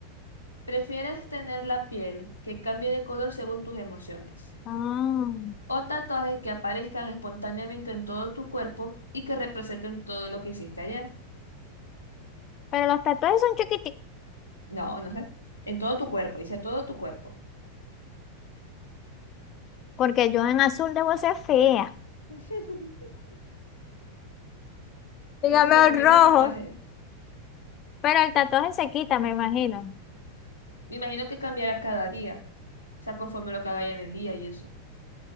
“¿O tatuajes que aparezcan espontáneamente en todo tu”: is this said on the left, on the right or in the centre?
Left